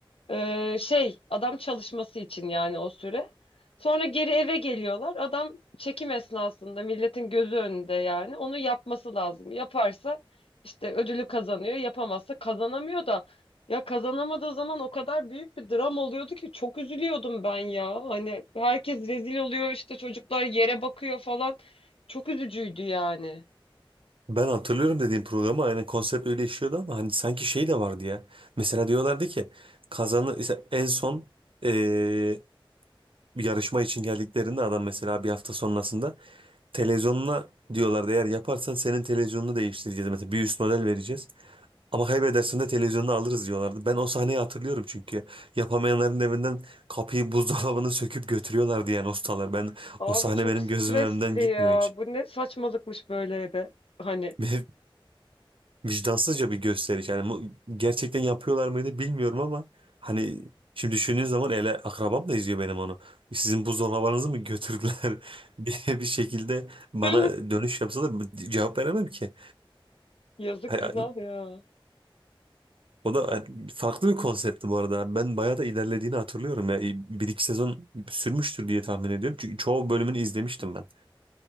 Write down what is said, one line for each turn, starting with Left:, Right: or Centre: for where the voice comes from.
Left: Ee, şey adam çalışması için yani o süre. Sonra geri eve geliyorlar. Adam çekim esnasında milletin gözü önünde yani onu yapması lazım. Yaparsa işte ödülü kazanıyor. Yapamazsa kazanamıyor da ya kazanamadığı zaman o kadar büyük bir dram oluyordu ki çok üzülüyordum ben ya. Hani herkes rezil oluyor işte çocuklar yere bakıyor falan. Çok üzücüydü yani.
Right: Ben hatırlıyorum dediğim programı aynen konsept öyle işliyordu ama hani sanki şey de vardı ya. Mesela diyorlardı ki kazanı işte en son eee, bir yarışma için geldiklerinde adam mesela bir hafta sonrasında televizyonuna diyorlardı eğer yaparsan senin televizyonunu değiştireceğiz mesela bir üst model vereceğiz. Ama kaybedersen de televizyonunu alırız diyorlardı. Ben o sahneyi hatırlıyorum çünkü yapamayanların evinden kapıyı buzdolabını söküp götürüyorlardı yani ustalar. Ben
Left: Abi
Right: o sahne
Left: çok
Right: benim
Left: stresli
Right: gözümün önünden gitmiyor
Left: ya.
Right: hiç.
Left: Bu ne saçmalıkmış böyle be. Hani
Right: <laughs> vicdansızca bir gösteriş. Yani mu- gerçekten yapıyorlar mıydı bilmiyorum ama hani şimdi düşündüğün zaman ele akrabam da izliyor benim onu. Sizin buzdolabınızı mı götürdüler <laughs> diye bir şekilde bana
Left: <laughs> değil mi?
Right: dönüş yapsa da cevap veremem ki.
Left: Yazık
Right: Hani
Left: günah ya.
Right: O da farklı bir konseptti bu arada. Ben bayağı da ilerlediğini hatırlıyorum ya. Bir iki sezon sürmüştür diye tahmin ediyorum. Çünkü çoğu bölümünü izlemiştim ben.